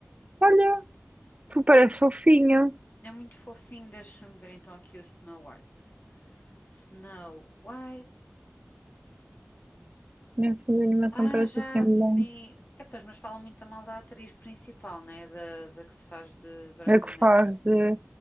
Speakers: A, on the right; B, on the left.
A: Olha, tu parece fofinha.
B: É muito fofinho, deixa-me ver então aqui o Snow White. Snow White.
A: Nessa animação
B: Ah,
A: parece
B: já
A: assim um bom.
B: vi. É, pois, mas falam muito mal da atriz principal, né? Da, da que se faz de Branca
A: É que
B: de Neve.
A: faz de.